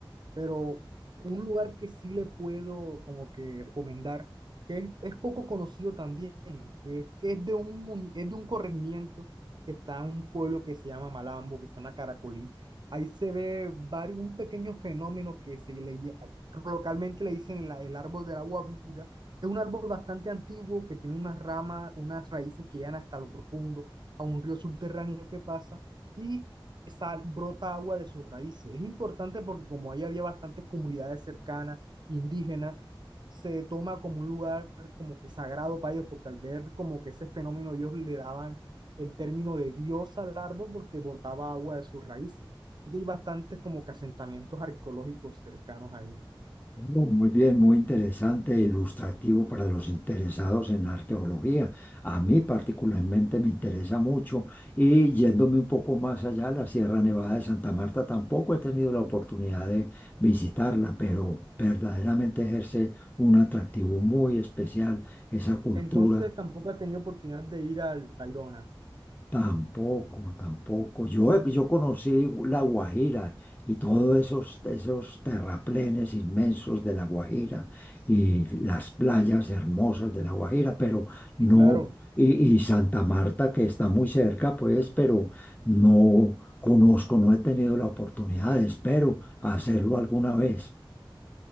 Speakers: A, on the right; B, on the left.
A: Pero un lugar que sí le puedo como que recomendar, que es, es poco conocido también, es que es de un, mun- es de un corregimiento que está en un pueblo que se llama Malambo, que se llama Caracolí. Ahí se ve varios, un pequeño fenómeno que se le, lle- localmente le dicen la- el árbol del agua viva. Es un árbol bastante antiguo que tiene unas ramas, unas raíces que llegan hasta lo profundo, a un río subterráneo que pasa. Y sal, brota agua de sus raíces. Es importante porque como ahí había bastantes comunidades cercanas, indígenas, se toma como un lugar como que sagrado para ellos, porque al ver como que ese fenómeno ellos le daban el término de diosa al árbol porque brotaba agua de sus raíces. Así que hay bastantes como que asentamientos arqueológicos cercanos ahí.
B: Oh, Muy bien, muy interesante e ilustrativo para los interesados en arqueología. A mí particularmente me interesa mucho y yéndome un poco más allá, la Sierra Nevada de Santa Marta tampoco he tenido la oportunidad de visitarla, pero verdaderamente ejerce un atractivo muy especial esa cultura
A: Entonces tampoco ha tenido oportunidad de ir al Tayrona
B: Tampoco, tampoco. Yo, he- yo conocí La Guajira y todos esos, esos terraplenes inmensos de La Guajira y las playas hermosas de La Guajira, pero no,
A: sí claro,
B: y, y Santa Marta que está muy cerca, pues, pero no conozco, no he tenido la oportunidad, espero hacerlo alguna vez.